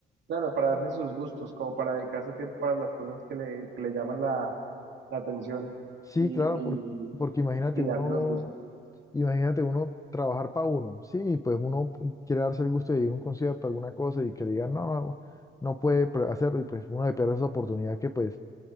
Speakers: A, on the right (about 65°); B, on the left (about 15°).
A: Claro, para darse sus gustos, como para dedicarse tiempo para las cosas que le, que le llaman la, la atención
B: Sí,
A: y,
B: claro, por- porque imagínate
A: y, y
B: uno,
A: darse los gustos.
B: imagínate uno trabajar para uno, sí, y pues uno quiere darse el gusto de ir a un concierto, alguna cosa, y que le digan, no, no, no puede pre- hacerlo, y pues uno le pierde esa oportunidad que pues